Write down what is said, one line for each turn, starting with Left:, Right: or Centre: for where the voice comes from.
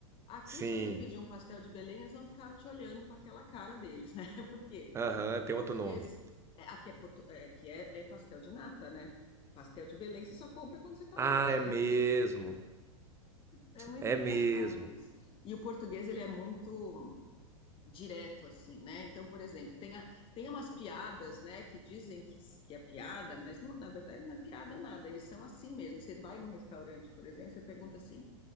Left: Aqui,
Right: Sim.
Left: se você pedir um pastel de Belém, eles vão ficar te olhando com aquela cara deles, né? <laughs> Porque
Right: Aham, tem
Left: português,
Right: outro nome.
Left: é, aqui, é, portu, é, aqui é, é pastel de nata, né? Pastel de Belém você só compra quando você está
Right: Ah,
Left: lá em Belém.
Right: é mesmo.
Left: É muito
Right: É
Left: engraçado
Right: mesmo.
Left: isso. E o português, ele é muito direto assim, né? Então, por exemplo, tem, a, tem umas piadas, né, que dizem que, que é piada, mas não- na verdade não é piada nada, eles são assim mesmo. Você vai num restaurante, por exemplo, você pergunta assim: